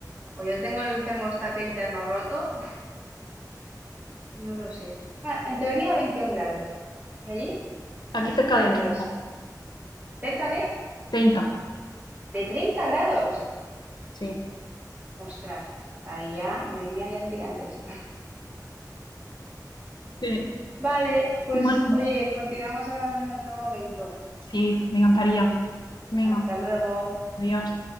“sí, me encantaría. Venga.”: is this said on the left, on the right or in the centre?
Left